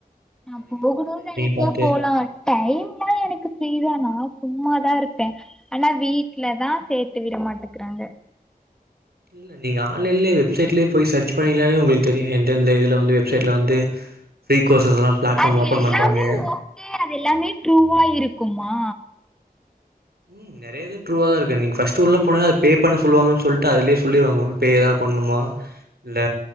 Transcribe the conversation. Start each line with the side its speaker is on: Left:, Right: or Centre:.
Centre: நா போகணோனு நெனைச்சா
Right: பாத்து
Centre: போலா டைம்லா எனக்கு ஃப்ரீதாண்ணா சும்மாதா இருப்பே ஆனா வீட்லதா சேத்து விட மாட்டுக்கிறாங்க
Right: இல்ல நீங்க ஆன்லைன்லயே வெப்சைட்லயே போய் சர்ச் பண்ணீங்கனாலே உங்குளுக்கு தெரியுமே எந்தெந்த இதுல வந்து வெப்சைட்ல வந்து ஃப்ரீ கோர்சஸ்லாம் பிளாட்ஃபார்ம்
Centre: அது
Right: ஓப்பன்
Centre: எல்லாமே
Right: பண்றாங்க
Centre: ஓகே அது எல்லாமே ட்ரூவா இருக்குமா
Right: ம் நறைய இது ட்ரூவாதா இருக்கு நீங்க ஃபர்ஸ்ட்டு உள்ள போனா அது பே பண்ண சொல்லுவாங்கனு சொல்ட்டு அதுலயே சொல்லிருவாங்க கூகுள் பே எதனா பண் ணனுமா இல்ல